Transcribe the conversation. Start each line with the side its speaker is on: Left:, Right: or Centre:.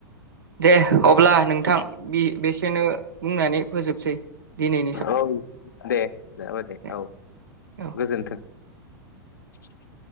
Right: दे अब्ला नोंथां बे बेसेनो बुंनानै फोजोबसै। दिनैनि
Left: औ दे जाबाय
Right: साव
Left: दे औ
Right: औ
Left: गोजोनथों। <unintelligible>